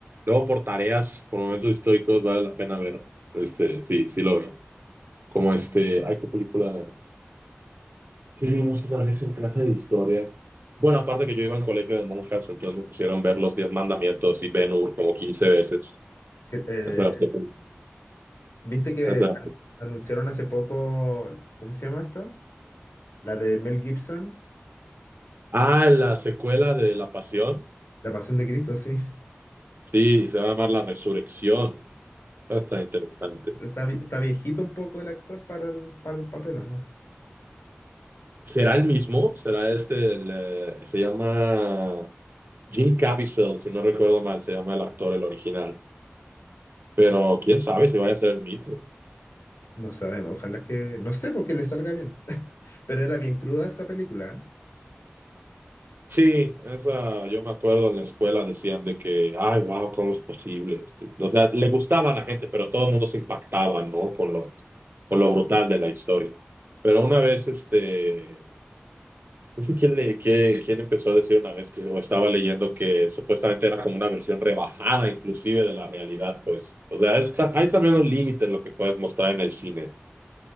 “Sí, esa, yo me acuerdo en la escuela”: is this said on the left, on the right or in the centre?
Right